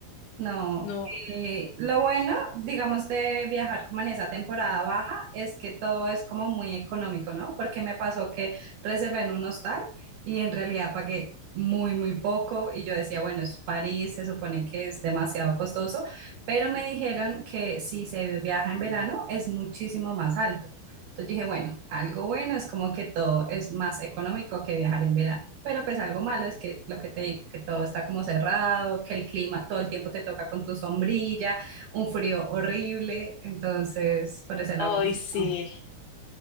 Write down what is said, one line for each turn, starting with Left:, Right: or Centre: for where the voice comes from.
Right: No,
Left: No.
Right: eh, lo bueno, digamos, de viajar como en esa temporada baja es que todo es como muy económico, ¿no? Porque me pasó que reservé en un hostal y en realidad pagué muy, muy poco y yo decía, bueno, es París, se supone que es demasiado costoso, pero me dijeron que si se viaja en verano es muchísimo más alto. Entonces dije, bueno, algo bueno es como que todo es más económico que viajar en verano. Pero pues algo malo es que lo que te digo, que todo está como cerrado, que el clima todo el tiempo te toca con tu sombrilla, un frío horrible. Entonces, por ese lado,
Left: Ay,
Right: como que
Left: sí.
Right: no.